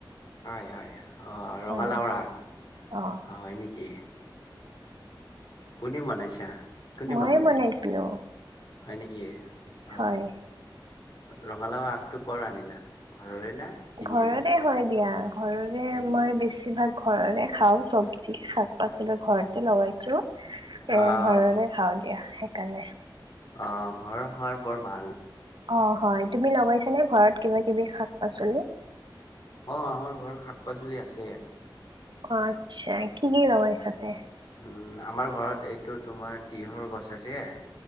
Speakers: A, on the left (about 55°); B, on the right (about 70°).
A: হয় হয়। অ ৰঙালাও
B: হয়
A: ৰাগ
B: অ'
A: হয় নেকি কোনে বনাইছা কোনে
B: মইে
A: বনালে
B: বনাইছিলো।
A: হয় নেকি অ
B: হয়।
A: ৰঙালাও আগটো কৰ আনিলা ঘৰৰে না কিনি
B: ঘৰতে
A: আনিলা
B: হয় দিয়া ঘৰৰে
A: হয় নেকি
B: মই বেছি ভাগ ঘৰৰে খাওঁ চবজি শাক পাচলি ঘৰতে লগাইছ এ
A: অ
B: ঘৰলে
A: অ
B: খাওঁ দিয়া সেইকাৰণে।
A: অ ঘৰৰ খোৱাৰ বৰ ভাল
B: অ হয় তুমি
A: অ',
B: লগাইছ নে ঘৰত কিবা কিবি শাক পাচলি
A: অ আমাৰ ঘৰত শাক পাচলি আছে
B: আচ্ছা কি কি লাবা এইসতে।
A: উম আমাৰ ঘৰত এইটো তোমাৰ তিঁহৰ গছ আছে।